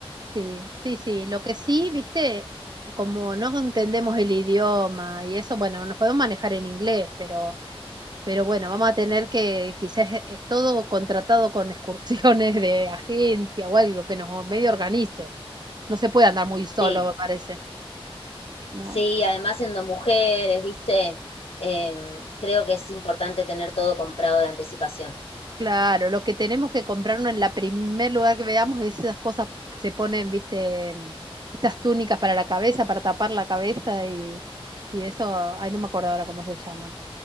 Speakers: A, on the right; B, on the left.
A: Sí, sí, sí. Lo que sí, viste, como no entendemos el idioma y eso, bueno, nos podemos manejar en inglés, pero, pero bueno, vamos a tener que quizás eh, eh, todo contratado con <laughs> excursiones de agencia o algo que nos medio organicen. No se puede andar muy solo,
B: Sí,
A: me parece, ¿no?
B: sí, además siendo mujeres, viste, Eh, creo que es importante tener todo comprado de anticipación.
A: Claro, lo que tenemos que comprarnos en la primer lugar que veamos es esas cosas que se ponen, viste, esas túnicas para la cabeza, para tapar la cabeza y, y eso, ay, no me acuerdo ahora cómo se llaman.